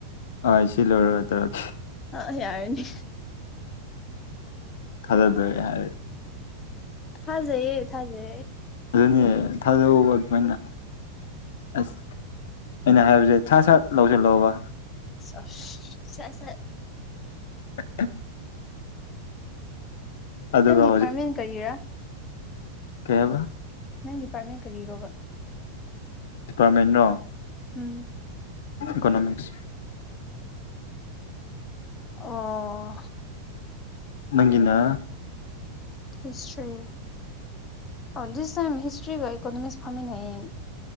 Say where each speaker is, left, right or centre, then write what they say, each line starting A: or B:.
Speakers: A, on the left; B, on the left.
A: ꯍꯣꯏ ꯁꯤ ꯂꯧꯣꯏꯔꯨꯔ ꯇꯧꯔꯒꯦ
B: ꯑ ꯌꯥꯔꯅꯤ
A: ꯊꯥꯒꯠꯗꯦ ꯍꯥꯏꯔ
B: ꯍꯖꯦ ꯌꯦ ꯊꯖꯦ
A: ꯑꯗꯨꯅꯦ ꯊꯥꯗꯕ ꯑꯗꯨꯃꯥꯏꯅ ꯑꯁ ꯑꯩꯅ ꯍꯥꯏꯕꯁꯦ ꯁꯥ ꯁꯥ ꯂꯧꯁꯜꯂꯣꯑꯣꯕ
B: ꯑꯁ <unintelligible> <unintelligible>
A: <inaudible> ꯑꯗꯨꯒ
B: ꯅꯪ ꯗꯤꯄꯥꯔꯃꯦꯟ ꯀꯔꯤꯔꯥ
A: ꯀꯦꯕ
B: ꯅꯪ ꯗꯤꯄꯥꯔꯠꯃꯦꯟ ꯀꯔꯤꯔꯣꯕ
A: ꯄꯥꯔꯃꯦꯟꯣ
B: ꯎꯝ
A: ꯏꯀꯣꯅꯣꯃꯤꯛꯁ
B: ꯑꯣ
A: ꯅꯪꯒꯤꯅꯥ
B: ꯍꯤꯁꯇ꯭ꯔꯤ ꯭ꯔꯤꯒ ꯏꯀꯣꯅꯣꯃꯤꯛꯁ ꯐꯝꯃꯤꯟꯅꯩꯌꯦ